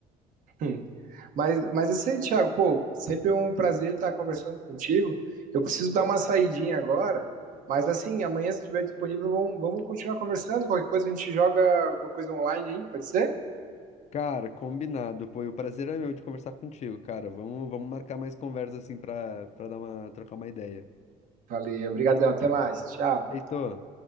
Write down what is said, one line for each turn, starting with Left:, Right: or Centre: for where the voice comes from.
Right: <laughs> Hum. Mas, mas isso aí, Thiago, pô, sempre é um prazer estar conversando contigo. Eu preciso dar uma saidinha agora, mas assim, amanhã, se estiver disponível, vamos, vamos continuar conversando. Qualquer coisa a gente joga alguma coisa online aí, pode ser?
Left: Cara, combinado. Pô, e o prazer é meu de conversar contigo, cara. Vamos, vamos marcar mais conversas assim pra, pra dar uma, trocar uma ideia.
Right: Valeu, obrigado, até mais, tchau.
Left: Feito.